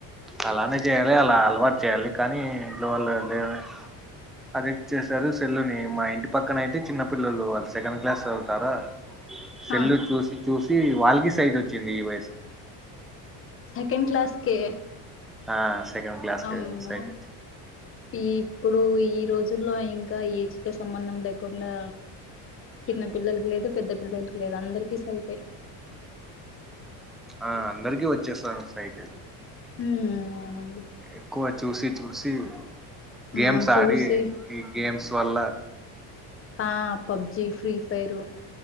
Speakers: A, in the centre; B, on the left.
A: అలానే చేయాలి అలా అలవాటు చేయాలి కానీ ఇంట్లో వాళ్ళు లే వే అడిక్ట్ చేసారు సెల్లుని మా ఇంటి పక్కన అయితే చిన్న పిల్లలు వాళ్ళు సెకండ్ క్లాస్ చవుతారా సెల్లు
B: హా
A: చూసి చూసి వాల్కి సైట్ వచ్చింది ఈ వయసుకి
B: సెకండ్ క్లాస్ కే
A: ఆ సెకండ్ క్లాస్
B: ఆమ్మో
A: కి సైట్ వచ్చింది
B: ఇప్పుడు ఈ రోజు లో ఇంకా ఏజ్ తో సంబంధం లేకుండా చిన్న పిల్లలకి లేదు పెద్ద పిల్లలకి లేదు అందరికీ సైటే
A: ఆ అందరికిీ వచ్చేస్తాంది సైట్
B: ఉమ్ అవునండి
A: ఎక్కువ చూసి చూసి గేమ్స్
B: ఆ చూసి
A: ఆడి ఈ గేమ్స్ వళ్ళ
B: ఆ పబ్జి ఫ్రీ ఫైర్